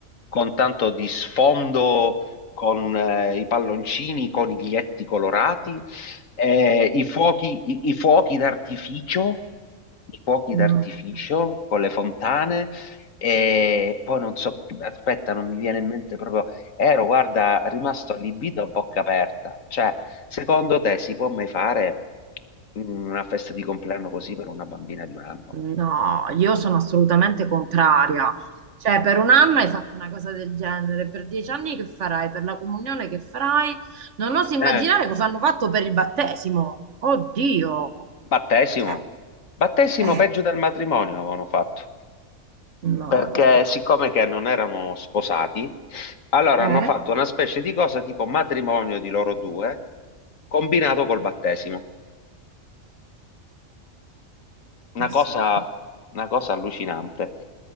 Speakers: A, on the left; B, on the right.
A: con tanto di sfondo, con eh, i palloncini, i coniglietti colorati, eh, i fuochi, i- i fuochi d'artificio, i fuochi d'artificio
B: No,
A: con le fontane. E poi non so, aspetta, non mi viene in mente proprio. Ero, guarda, rimasto allibito a bocca aperta. Cioè, secondo te si può mai fare una festa di compleanno così per una bambina di un anno?
B: vabbè. no, io sono assolutamente contraria. Cioè, per un anno hai fatto una cosa del genere, per dieci anni che farai? Per la comunione che farai? Non oso immaginare
A: Eh.
B: cosa hanno fatto per il battesimo. Oddio.
A: Battesimo.
B: Cioè,
A: Battesimo
B: eh,
A: peggio del matrimonio avevano fatto,
B: no,
A: perché
B: vabbè.
A: siccome che non erano sposati, allora
B: Eh?
A: hanno fatto una specie di cosa tipo matrimonio di loro due, combinato col battesimo. una
B: Assurdo.
A: cosa, una cosa allucinante,